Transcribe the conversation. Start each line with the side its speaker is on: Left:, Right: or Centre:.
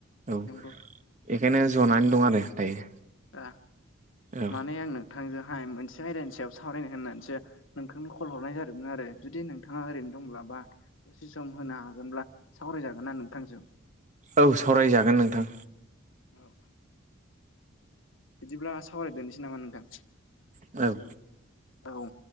Right: औ बेखायनो
Left: नंगौ
Right: जनानै दं आरो दायो।
Left: ओ
Right: औ
Left: माने आं नोंथांजोहाय मोनसे आयदानि सायाव सावरायनो होननानैसो नोंथांनो खल हरनाय जादोंमोन आरो जुदि नोंथाङा ओरैनो दंब्ला बा से सम होनो हागोनब्ला सावरायजागोन ना नोंथांजों?
Right: औ सावरायजागोन नोंथां।
Left: औ बिदिब्ला सावरायदोनोसै नामा नोंथां?
Right: औ
Left: औ